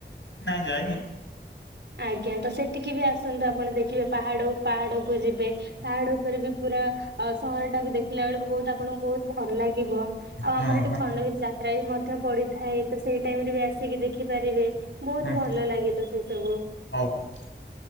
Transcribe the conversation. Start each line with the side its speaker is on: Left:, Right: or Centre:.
Left: ନା ଯାଇନି
Right: ଆଜ୍ଞା ତ ସେଠିକି ବି ଆସ ଆସନ୍ତୁ ଆପଣ ଦେଖିବେ ପାହାଡ ପାହାଡକୁୁ ଯିବେ ପାହାଡ ଉପରେ ବି ପୁରା ଆଉ ସହରଟାକୁ ଦେଖିଲା ବେଳକୁ ବହୁତ ଆପଣଙ୍କୁ ବହୁତ ଭଲ ଲାଗିବ ଆଉ ଆମର
Left: ହଁ
Right: ଏଠି
Left: ହଁ
Right: ଖଣ୍ଡଗିରି ଯା ଯାତ୍ରା ମଧ୍ୟ ପଡିଥାଏ ତ ସେଇ ଟାଇମରେ ବି ଆସିକି ଦେଖିପାରିବେ। ବହୁତ
Left: ହଁ
Right: ଭଲ ଲାଗେ ତ ସେ ସବୁ।
Left: ହଉ ହଉ।